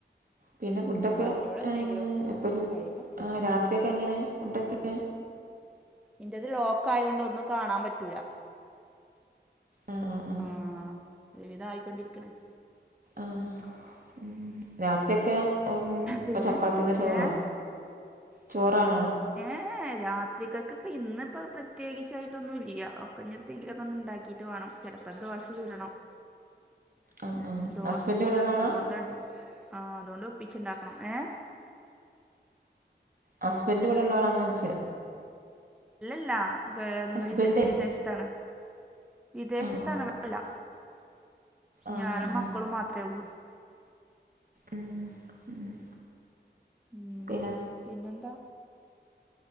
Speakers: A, on the right; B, in the centre.
A: പിന്നെ ഫുഡൊക്കെ
B: പറഞ്ഞൂടെ എന്തെങ്കിലും
A: ഏഹ് എപ്പഴും
B: ടൈം എത്രയായാവോ
A: രാത്രിയൊക്കെ എങ്ങനെ ഫുഡൊക്കെ
B: ഇന്റെത് ലോക്ക ആയോണ്ട് ഒന്നും കാണാൻ പറ്റൂല്ല
A: ആ ആ
B: ആഹ് ഒരുവിധം ആയിക്കൊണ്ടിരിക്ക്ണ്
A: ആഹ് രാത്രി ഒക്കെ ഉം
B: പിന്നെ
A: ചപ്പാത്തി താ ചോറോ
B: ഏ
A: ചോറാണോ
B: ഏഹ് ഹേ ഏഹ് രാത്രികക്ക് ഇപ്പ ഇന്ന് പ്ര പ്രത്യേകിച്ചായിട്ടൊന്നുല്ല്യ. ഒക്ക ഇത്തെയങ്കിലൊക്കെ ഉണ്ടാക്കിയിട്ട് വേണം ചെലപ്പോ ദോശ ചുടണം
A: ആഹ് ആഹ്
B: ദോശ
A: ഹസ്ബൻഡ്
B: ചുട്ടാണ്ട്
A: ഇവിടെള്ള ആളാ
B: അതുകൊണ്ട് ആ അതുകൊണ്ട് ഒപ്പിച്ച് ഉണ്ടാക്കണം ഏഹ്
A: ഹസ്ബൻഡ് ഇവടെ ഉള്ള ആളാണ് വെച്ച
B: ഇല്ലല്ല ഗേ എന്ന്
A: ഹസ്ബൻഡേ
B: വിദേ വിദേശത്താണ് വിദേശത്ത്
A: ആഹ്
B: ആണ് ഇവടെ ഇല്ല
A: ആഹ്
B: ഞാനും മക്കളും
A: ആഹ്
B: മാത്രേ ഒള്ളൂ
A: ഉം
B: ഉം
A: പിന്നെ
B: പിന്നെന്താ